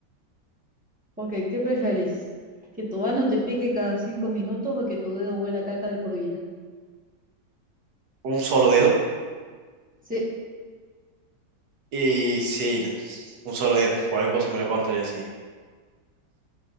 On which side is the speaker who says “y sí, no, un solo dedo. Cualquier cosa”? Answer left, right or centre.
Right